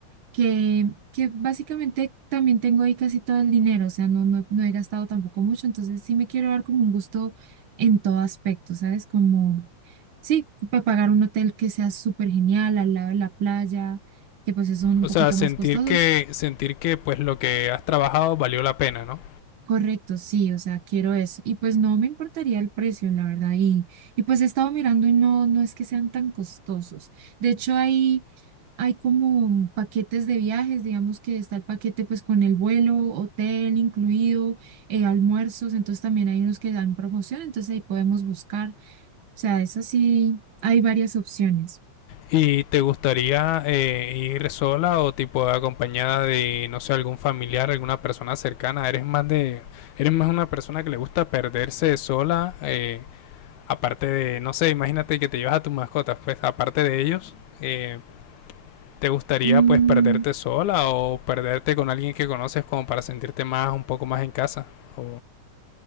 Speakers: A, on the right (about 70°); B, on the left (about 85°).
A: que, que básicamente también tengo ahí casi todo el dinero, o sea, no, no, no he gastado tampoco mucho, entonces sí me quiero dar como un gusto en todo aspecto, ¿sabes? Como, sí, para pagar un hotel que sea súper genial al lado de la playa, que pues son un
B: O
A: poquito
B: sea, sentir
A: más costosos,
B: que, sentir que pues lo que has trabajado valió la pena, ¿no?
A: Correcto, sí, o sea, quiero eso. Y pues no me importaría el precio, la verdad. Y, y pues he estado mirando y no, no es que sean tan costosos. De hecho, hay, hay como paquetes de viajes, digamos que está el paquete pues con el vuelo, hotel incluido, eh, almuerzos, entonces también hay unos que dan promoción, entonces ahí podemos buscar. O sea, eso sí, hay varias opciones.
B: ¿Y te gustaría eh, ir sola o tipo acompañada de, no sé, algún familiar, alguna persona cercana? ¿Eres más de, eres más una persona que le gusta perderse sola? Eh, aparte de, no sé, imagínate que te llevas a tus mascotas, pues aparte de ellos, eh, ¿Te gustaría
A: Mm,
B: pues perderte sola o perderte con alguien que conoces como para sentirte más, un poco más en casa? O...